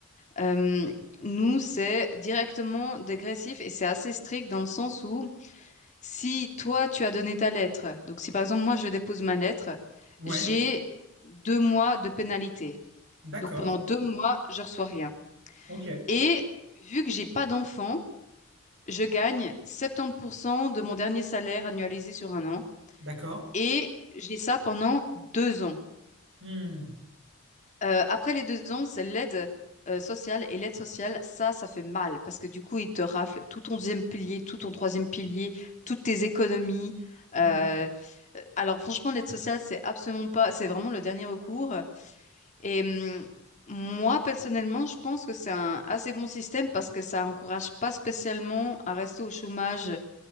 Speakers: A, on the left (about 35°); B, on the right (about 55°).
A: Euh, nous, c'est directement dégressif et c'est assez strict dans le sens où si toi, tu as donné ta lettre, donc si par exemple moi, je dépose ma lettre,
B: Ouais,
A: j'ai deux mois de pénalité.
B: d'accord.
A: Donc pendant deux mois, je reçois rien.
B: Ok,
A: Et vu que j'ai pas d'enfant, je gagne 70% de mon dernier salaire annualisé sur un an
B: d'accord.
A: et j'ai ça pendant deux ans.
B: Hmm.
A: Euh, après les deux ans, c'est l'aide euh, sociale. Et l'aide sociale, ça, ça fait mal parce que du coup, ils te raflent tout ton deuxième pilier, tout ton troisième pilier, toutes tes économies.
B: Hmm.
A: Euh, euh, alors franchement, l'aide sociale, c'est absolument pas, c'est vraiment le dernier recours. Et hum, moi, personnellement, je pense que c'est un assez bon système parce que ça encourage pas spécialement à rester au chômage